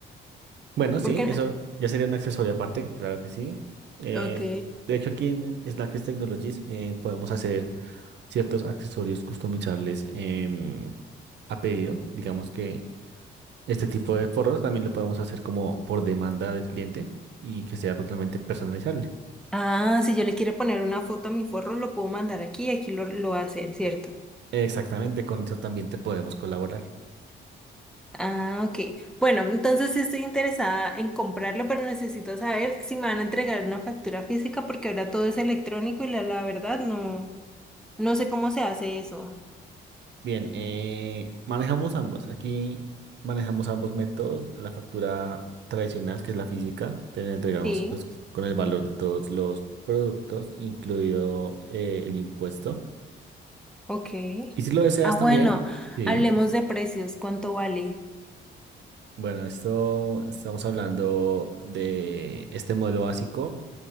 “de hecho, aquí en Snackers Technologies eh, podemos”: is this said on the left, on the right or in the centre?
Right